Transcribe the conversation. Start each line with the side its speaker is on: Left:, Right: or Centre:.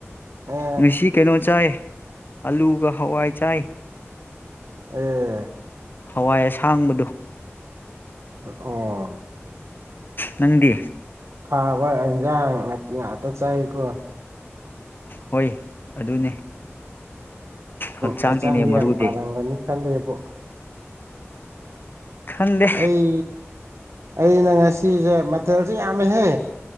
Right: ꯑꯦ
Left: ꯉꯁꯤ ꯀꯩꯅꯣ ꯆꯥꯏ ꯑꯂꯨꯒ ꯍꯋꯥꯏ ꯆꯥꯏ
Right: ꯑꯦ
Left: ꯍꯋꯥꯏ ꯑꯁꯥꯡꯕꯗꯣ
Right: ꯑꯣ
Left: ꯅꯪꯗꯤ
Right: ꯐꯥꯕ ꯏꯟꯖꯥꯡ ꯅꯥꯄꯤ ꯉꯥꯛꯇ ꯆꯥꯏꯀꯣ
Left: ꯍꯣꯏ ꯑꯗꯨꯅꯦ ꯍꯛꯆꯥꯡꯅꯤꯅꯦ
Right: ꯍꯛꯆꯥꯡꯗꯤ
Left: ꯃꯔꯨꯗꯤ
Right: ꯌꯥꯝ ꯐꯥꯔꯝꯒꯅꯤ ꯈꯜꯂꯦꯕ
Left: ꯈꯪꯗꯦ
Right: ꯑꯩ ꯑꯩꯅ ꯉꯁꯤꯁꯦ ꯃꯊꯦꯜꯁꯨꯦ ꯌꯥꯝꯃꯦꯍꯦ